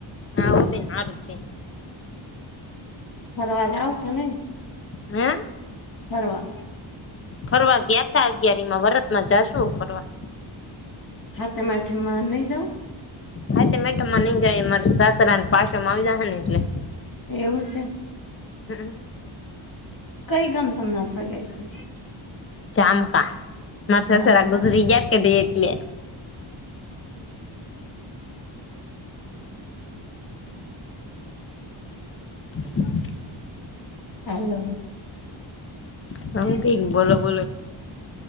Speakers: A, on the left; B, on the left.
A: આવો બેન હારુ છે.
B: ફરવા જાવ કે નહી.
A: હે
B: ફરવા.
A: ફરવા ગ્યાતા અગિયારી માં વરર્ષ મા જાશુ ફરવા.
B: હાથમ આઠમ મા નહિ જઉ.
A: હાતમ આઠમ માં નઈ જવાય મારા સાસરા પાછો માં આવે જાહે ને એટલે.
B: એવું સે.
A: હું.
B: કઈ ગામ તમને સગાય થઇ.
A: ચામકા મારે
B: ધામકા
A: સસરા ગુજરી ગયા કેડે એટલે.
B: <inaudible>
A: <inaudible>
B: હેલો.
A: સમન બોલો બોલો.